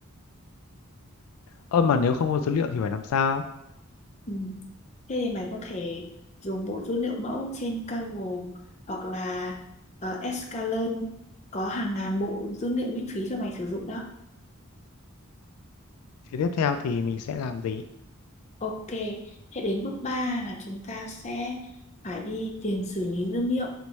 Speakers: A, on the left; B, on the left.
A: Ơ mà nếu không có dữ liệu thì phải làm sao?
B: Ừ. Thế thì mày có thể dùng bộ dữ liệu mẫu trên Kaggle hoặc là uh, Escalern có hàng ngàn bộ dữ liệu miễn phí cho mày sử dụng đó.
A: Thế tiếp theo thì mình sẽ làm gì?
B: Ok, thế đến bước 3 là chúng ta sẽ phải đi tiền xử lý dữ liệu.